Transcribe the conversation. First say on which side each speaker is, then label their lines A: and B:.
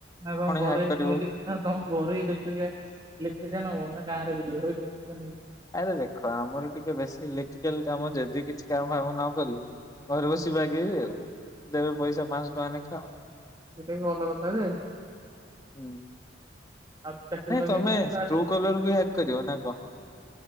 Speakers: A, on the right (about 20°); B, on the left (about 20°).
A: ନା କଣ ଘରେ
B: ହ୍ୟାକ୍
A: କ
B: କରିବ
A: ଘରୁୋଇ ଦେଖୁିକେ ଲେଖୁଛେନ ନା ଗାଁ ରେ ଗୁ ଲଖୁଛନ <unintelligible>
B: ଆରେ ଦେଖ, ଆମର ଟିକେ ବେଶୀ ଇଲେକ୍ଟ୍ରିକାଲ କାମ, ଯଦି କିଛି କାମ ଫାମ ନ କରି ଘରେ ବସିବାଗେଇବି ଆଉ ଦେବେ ପଇସା, ପାଞ୍ଚଶ ଟଙ୍କା ନେ ଖାଅ
A: ସେଇଟା ବି ଭଲ କଥା ଯେ
B: ହଁ,
A: ଆଉ ତ ଚାକିରି
B: ନାଇଁ
A: ଫାକିରି
B: ତମେ,
A: ନାହିଁ
B: ସ୍ <unintelligible> କଲର ବି ହକ୍ କରିଛ ନା କ